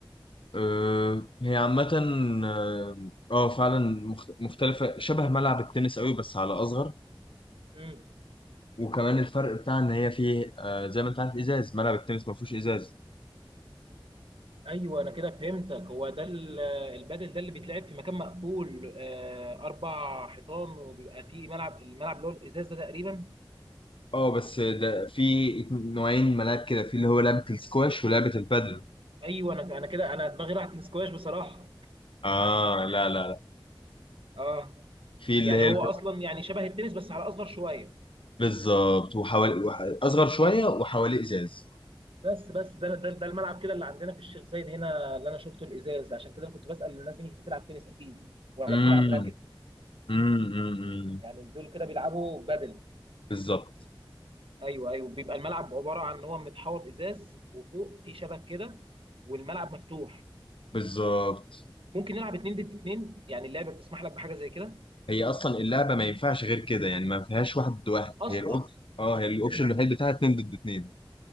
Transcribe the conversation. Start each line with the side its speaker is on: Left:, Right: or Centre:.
Left: آه، هي عامة اه آه، فعلا مخت- مختلفة شبه ملعب التنس قوي بس على أصغر
Right: امم
Left: وكمان الفرق بتاع إن هي فيه آه، زي ما أنت عارف إزاز ملعب التنس ما فيهوش إزاز
Right: ايوه انا كده فهمتك هو ده ال- البدل ده اللي بيتلعب في مكان مقفول آه، اربع حيطان وبيبقى فيه ملعب الملعب اللي هو الازاز ده تقريبا
Left: اه بس ده في اتن- نوعين ملاعب كده في اللي هو لعبة السكواش ولعبة البادل
Right: ايوه انا انا كده انا دماغي راحت للسكواش بصراحه
Left: اه لا لا لا
Right: اه
Left: في اللي
Right: يعني
Left: هي
Right: هو
Left: الب-
Right: اصلا يعني شبه التنس بس على اصغر شويه
Left: بالظبط وحوالي وح- أصغر شوية وحواليه إزاز
Right: بس بس ده ده, ده الملعب كده اللي عندنا في الشيخ زايد هنا اللي انا شفته الازاز عشان كده أنا كنت بسال الناس دي مش بتلعب تنس اكيد ولا
Left: امم
Right: بتلعب راكت
Left: امم أمم، أمم.
Right: يعني دول كده بيلعبوا بدل
Left: بالظبط
Right: ايوه ايوه بيبقى الملعب عباره عن ان هو متحوط ازاز وفوق في شبك كده والملعب مفتوح
Left: بالظبط
Right: ممكن نلعب اتنين ضد اتنين يعني اللعبه بتسمح لك بحاجه زي كده
Left: هي اصلا اللعبه ما ينفعش غير كده يعني ما فيهاش واحد ضد واحد
Right: اصلا
Left: هي الاوبشن اه هي الاوبشن الوحيد بتاعها اتنين ضد اتنين